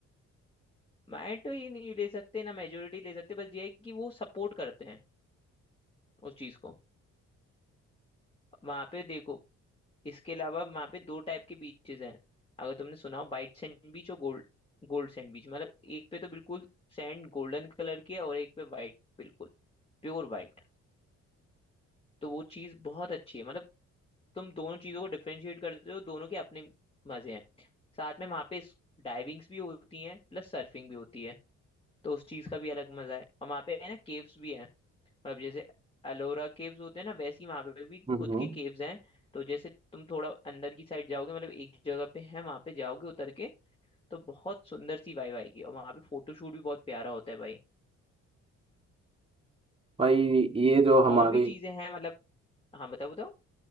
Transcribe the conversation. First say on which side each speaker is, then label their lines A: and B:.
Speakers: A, on the left; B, on the right.
A: माइंड तो ये नहीं ले सकते ना मेजोरिटी ले सकते बस ये है कि वो सपोर्ट करते हैं उस चीज को वहां पे देखो इसके अलावा वहाँ पे दो टाइप के बीचेस हैं अगर तुमने सुना हो वाइट सैंड बीच और गोल्ड गोल्ड सैंड बीच मतलब एक पे तो बिल्कुल सैंड गोल्डन कलर की है और एक पे वाइट बिल्कुल प्योर वाइट तो वो चीज़ बहुत अच्छी है मतलब तुम दोनों चीज़ों को डिफरेंशिएट करते हो दोनों के अपने मज़े हैं साथ में वहाँ पे डाइविंग्स भी होती हैं प्लस सर्फिंग भी होती है तो उस चीज़ का भी अलग मज़ा है और वहाँ पे है ना केव्स भी है मतलब जैसे अलोरा केव्स होते हैं ना वैसी वहां पे भी
B: हम्म
A: खुद के केव्स हैं तो जैसे तुम थोड़ा अंदर की साइड जाओगे मतलब एक जगह पे है वहां पे जाओगे उतर के तो बहुत सुंदर सी वाइब आएगी और वहां पे फोटोशूट भी बहुत प्यारा होता है भाई
B: भाई ये जो हमारी
A: और भी चीजें हैं मतलब हाँ बताओ बताओ